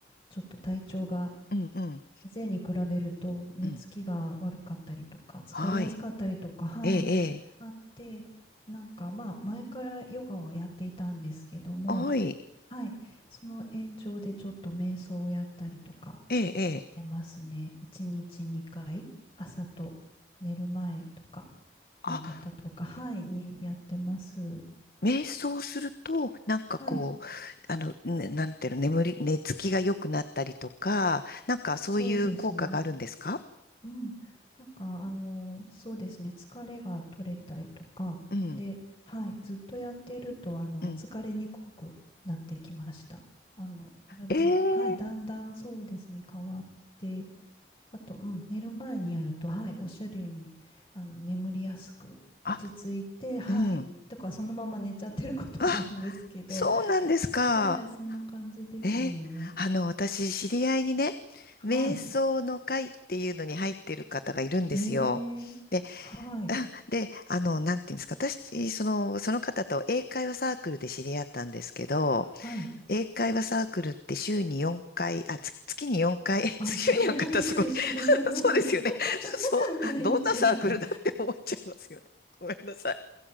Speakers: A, on the left; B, on the left.
A: ちょっと体調が
B: うん、うん、
A: 以前に比べると寝つきが悪かったりとか、
B: うん。
A: 疲れやすかったりとか、
B: はい。
A: はい、
B: ええ、え
A: あって、なんかまあ前からヨガはやっていたんですけども、
B: え。はい。
A: はい。その延長でちょっと瞑想をやったりとか
B: ええ、ええ。
A: してますね。1日2回、朝と寝る前とか、夕方とか、
B: あ、
A: はい、にやってます。
B: 瞑想すると、なんかこう、
A: はい。
B: あの、ねなんていうの、眠り、寝つきが良くなったりとか、なんかそういう効果があるんですか
A: そうですね。うん。なんか、あの、そうですね、疲れが取れたりとか、
B: うん、
A: で、はい、ずっとやっていると、あの、
B: うん。
A: 疲れにくくなってきました。あの、体が、
B: え
A: はい、だんだんそうですね、
B: え。
A: 変わって、あと、うん、寝る前にやると、はい、おっしゃるように、あの、眠りやすく、
B: あ、
A: 落ち着いて、はい、
B: うん。
A: とか、そのまま寝ちゃってることもあるんですけど、
B: あ、そうなんですか。
A: はい、そんな感じですね。
B: えー、あの、私、知り合いにね、
A: はい。
B: 瞑想の会っていうのに入ってる方がいるんですよ。
A: えー、
B: で、
A: はい、
B: <laughs> で、あの、なんていうんですか、私、その、その方と英会話サークルで知り合ったんですけど、
A: はい。
B: 英会話サークルって週に4回、あ、月、月に4回、
A: あ、
B: <laughs> 週に4回ってすごい
A: あれはびっくりした。<laughs>
B: <laughs> そうですよね。<laughs> そう、
A: 毎日ある。
B: どんなサークルだって思っちゃいますよね。ごめんなさい。